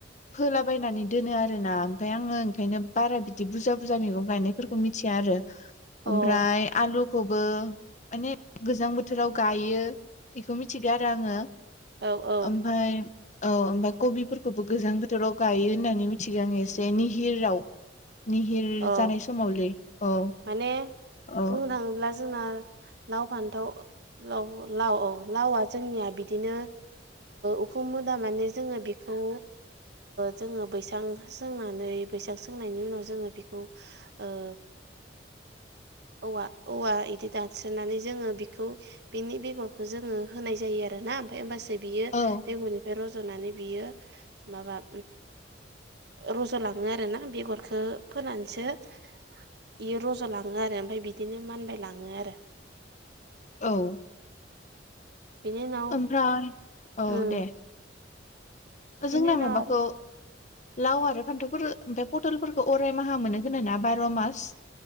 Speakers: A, on the left; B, on the right.
A: फोलाबायनानै दोनो आरो ना ओमफ्राय आङो ओंखायनो बारा बिदि बुरजा बुरजा मैगं गायनाय फोरखौ मिथिया आरो
B: अ
A: ओमफ्राय आलुखौबो माने गोजां बोथोराव गायो बेखौ मिथिगौ आरो आङो
B: औ औ
A: ओमफ्राय औ ओमफ्राय कबिफोरखौबो गोजां बोथोराव गायो होननानै मिथिगौ आङ एसे निहिराव निहिर
B: अ
A: जानाय समावलै औ
B: माने
A: औ
B: बुंनो थाङोब्ला जोना लाव फान्थाव लाव लाव औ लाव आ जोंनिया बिदिनो उखु मुदा माने जोङो बेखौ जोङो बैसां सोंनानै बैसां सोंनायनि उनाव जोङो बेखौ औ औवा औवा बिदि दानस्रोननानै जोङो बेखौ बेनि बेगरखौ जोङो होनाय जायो आरो ना ओमफ्राय होमबासो बियो
A: औ
B: बेगरनिफ्रायल' फज'नानै बियो माबा रज'लाङो आरोना बेगरखौ फोनानैसो बियो रज'लाङो आरो ओमफ्राय बिदिनो मानबाय लाङो आरो
A: औ
B: बेनि उनाव
A: ओमफ्राय औ
B: उम
A: दे
B: बिनि
A: जोंना
B: उनाव
A: माबाखौ
B: आरो
A: लाव आरो फान्थावफोर ओमफ्राय पटलफोरखौ अराय माहा मोनो होनो ना बार' मास